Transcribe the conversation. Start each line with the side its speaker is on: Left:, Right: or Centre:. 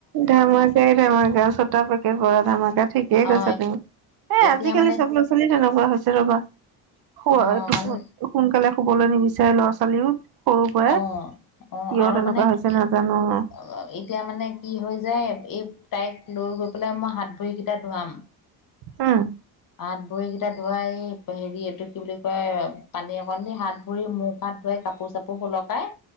Right: ধামাকাই ধামাকা ছটা পেকেট বৰা ধামাকা ঠিক ঠিকে
Left: অ
Right: কৈছা তুমি এ
Left: এতিয়া
Right: আজিকালি
Left: মানে
Right: চব ল'ৰা ছোৱালী তেনেকুৱা হৈছে ৰবা শুৱ
Left: অ
Right: টোপ
Left: মানে
Right: সোনকালে শুবলৈ নিবিচাৰে ল'ৰা ছোৱালী বোৰ সৰু পৰাই
Left: অ
Right: কিয়
Left: আৰু
Right: তেনেকুৱা
Left: মানে
Right: হৈছে
Left: কি
Right: নাজানো আৰু
Left: অ এতিয়া মানে কি হৈ যায় এই তাইক লৈ গৈ পেলাই মই হাত ভৰিকেইটা ধোৱাম
Right: হম
Left: হাত ভৰি কেইটা ধোৱাই হেৰি এইটো কি বুলি কয় পানী অকণ দি হাত ভৰি মুখ হাত ধোৱাই কাপোৰ কাপোৰ সলকাই